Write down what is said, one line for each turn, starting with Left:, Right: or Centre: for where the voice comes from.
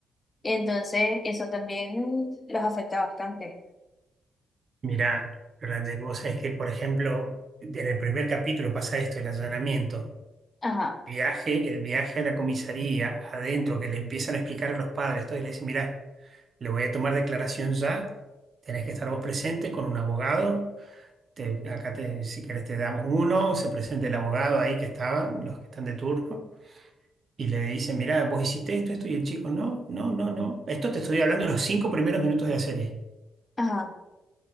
Left: Entonces, eso también los afecta bastante.
Right: Mirá, Roland, vos sabés que, por ejemplo, en el primer capítulo pasa esto, el allanamiento.
Left: Ajá,
Right: viaje, el viaje a la comisaría, adentro, que le empiezan a explicar a los padres, todo, y le dicen, mirá, le voy a tomar declaración ya, tenés que estar vos presente con un abogado, te- acá te, si querés te damos uno, se presenta el abogado ahí que estaban, los que están de turno, y le dicen, mirá, vos hiciste esto, esto, y el chico, no, no, no, no, esto te estoy hablando en los cinco primeros minutos de la serie.
Left: ajá.